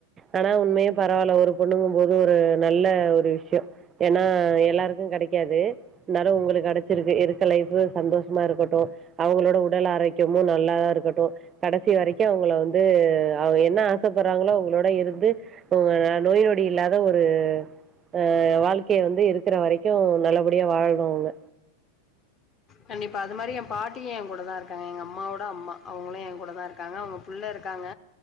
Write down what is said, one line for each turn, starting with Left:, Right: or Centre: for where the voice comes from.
Right: ஆனா உண்மையே பரவால ஒரு பொண்ணுங்க போது ஒரு நல்ல ஒரு விஷய ஏன்னா எல்லாருக்கு கெடைக் க்காது இருந்தாலு உங்களுக்கு கெடைச்சிருக்கு இருக்க லைப் சந்தோஷமா இருக்கட்டும் அவங்களோட உடல் ஆரோக்கியமு நல்லாதா இருக்கட்டு கடைசி வரைக்கு அவங்கள வந்து அவங்க என்ன ஆசைப்படுறாங்களோ அவங்களோட இருந்து அவங்க நோய் நோய அப்டி இல்லாத ஒரு ஆஹ் வாழ்க்கையை வந்து இருக்கு இருக்க வரைக்கு நல்லபடியா வாழனு அவங்க
Left: கண்டிப்பா அது மாரி ஏ பாட்டிய ஏ கூட தா இருக்காங்க எங்க அம்மாவோட அம்மா அவங்களு ஏ கூடதா இருக்காங்க அவங்க புள்ள இருக்காங்க